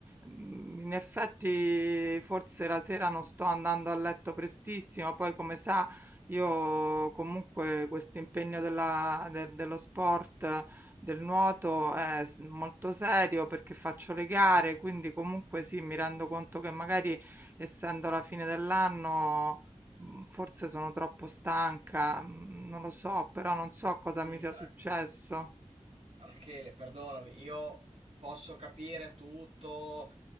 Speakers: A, on the right; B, on the right.
A: Mm, In effetti forse la sera non sto andando a letto prestissimo, poi come sa io comunque questo impegno della- de- dello sport del nuoto è s- molto serio perché faccio le gare, quindi comunque sì, mi rendo conto che magari essendo la fine dell'anno mh, forse sono troppo stanca, mh, non lo so, però non so cosa
B: Sì,
A: mi sia successo.
B: Ra- Rachele, perdonami, io posso capire tutto, ho-